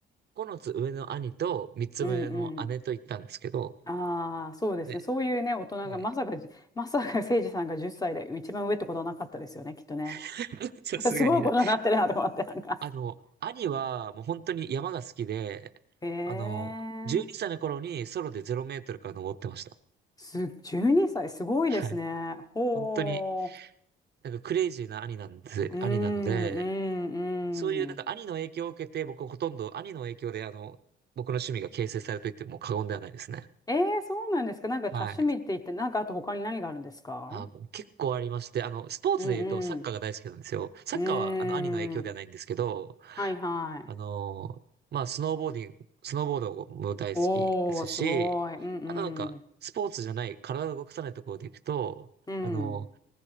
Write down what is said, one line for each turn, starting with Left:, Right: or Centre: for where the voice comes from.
Right: ここのつ上の兄と三つ上の姉と行ったんですけど、
Left: うんうん。ああ、そうですね。
Right: なんで、
Left: そういうね、大人が、
Right: はい。
Left: まさかじ、まさか誠司さんが10歳で一番上ってことはなかったですよね、きっとね。
Right: <laughs> さすがにね。
Left: <laughs> すごいことになってるなと思って、なんか。
Right: あの、兄はもう本当に山が好きで、
Left: ええー
Right: あの、12歳の頃にソロで0メートルから登ってました。
Left: す、12歳、すごいですね。
Right: はい。
Left: ほ
Right: 本当に、なんかクレイジーな兄なんです、
Left: う。うん、
Right: 兄なので、
Left: うん、
Right: そういうなんか兄の影響を受けて、
Left: うん。
Right: 僕ほとんど兄の影響であの、僕の趣味が形成されると言っても過言ではないですね。
Left: ええそうなんですか。なんか多趣味って言って、
Right: はい。
Left: なんかあと他に何があるんですか
Right: あ、もう結構ありまして、あの、スポーツで言うとサッカーが大好きなんですよ。
Left: うんうん。
Right: サッカーはあの兄の影響ではないんですけど、
Left: うーん。はいはい。
Right: あのまあ、スノーボーディング、スノーボードも大好きですし、
Left: おー、すごい。うんう
Right: あとなんか、
Left: ん。
Right: スポーツじゃない、体を動かさないところで行くと、
Left: うん。
Right: あの、